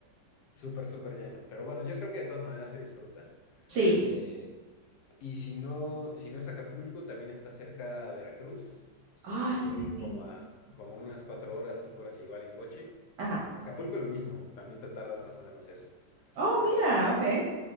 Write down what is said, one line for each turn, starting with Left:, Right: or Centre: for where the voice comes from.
Left: súper, súper lleno. Pero bueno, yo creo que de todas maneras se disfruta.
Right: Sí.
Left: Eh, y si no, si no es Acapulco, también está cerca Veracruz,
Right: Ah,
Left: eh,
Right: sí, sí, sí.
Left: como a, como a unas cuatro horas, cinco horas igual en coche.
Right: Ajá.
Left: Acapulco lo mismo, también te tardas más o menos eso.
Right: Oh,
Left: Este,
Right: mira, ok.